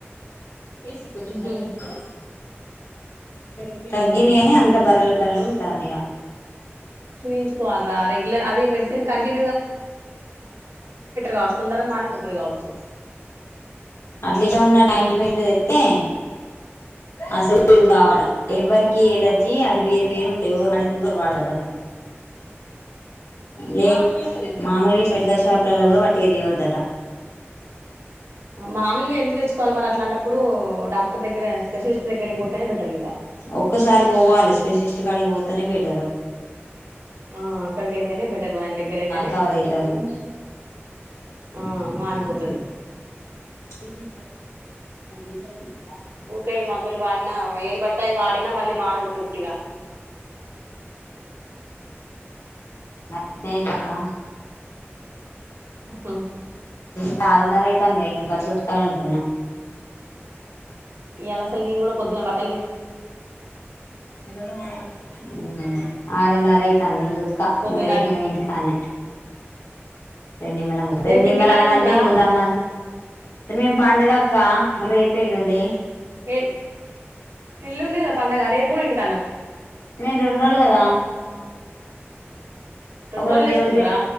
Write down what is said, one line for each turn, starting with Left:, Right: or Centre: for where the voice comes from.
Left: కేసు కొంచెం
Right: ఉహు
Left: తగ్గలే ఇక్కడ అ తగ్గింది అని అంత బర్రలు బర్రలు ఉంటాంది ఇగ
Right: చూయించుకోవాలరా రెగ్యులర్ అది మెడిసిన్ కంటి కావచ్చు తొందరగా మానిపోతది కావచ్చు
Left: అట్ల విషమ్ ఉన్న అయింట్మెంట్ తెస్తే అసలుండవట
Right: ఆ
Left: ఎవ్వరి ఈ ఎలర్జీ అది వే వేరుంటాయి ఎవరు కూడా వాడటనే లే మామూలు ఇట్లా మెడికల్ షాపులలా కూడా వట్టిగా తేవద్ దటా
Right: మామలుగా ఎందు తెచ్చుకోవాలి మరి అలాంటప్పుడు డాక్టర్ దగ్గర స్పెషలిస్ట్ దగ్గర పోతేనే బెటర్ ఇంకా
Left: ఒక్కసారి పోవాలి స్పెషలిస్ట్ గాడికి పోతేనే బెటర్ టారు
Right: ఆ అక్కడికైతేనే బెటరు ఆయన దగ్గర అయితేనే
Left: కవర్ అయితాంది
Right: ఆ మానుపోతు
Left: ఇదిమా ఎండ అప్పుడు
Right: ఊకేయి మందులు వాడినా ఏ పడతాయి వాడినా మళ్ళీ మానదు పూర్తిగా
Left: మ స్నేహిపకా
Right: హ
Left: ఇలా ఆరు నారా అయితాంది కదా ఇంకా బట్టలు ఉతకాలనుకున్న
Right: ఎలా సాల్ నిన్ కూడా పొద్దున బ్
Left: మ్ ఆరున్నర అయితంది నేన్ ఉతుక
Right: పొద్దున్న
Left: మీరు రేప్నేన్ ఇంటికాన్నే రేప్ నిమ్మలంగ ఉంటా రేప్
Right: రేపు
Left: నిమ్మలంగా
Right: ఇంటికాడ ఎందుకురా
Left: అంటే నిమ్రబ్ మేం పండుగక్క మారే రేప్ పేళ్ల్లుండి
Right: ఏల్ ఎల్లుండి గదా పండగ రేప్ గుడా ఇంటీ
Left: నేన్ రెండు రోజులు కదా
Right: రెండు
Left: ఒక
Right: రోజులు
Left: రోజ్ దవుడువే
Right: చేసుకుంటరా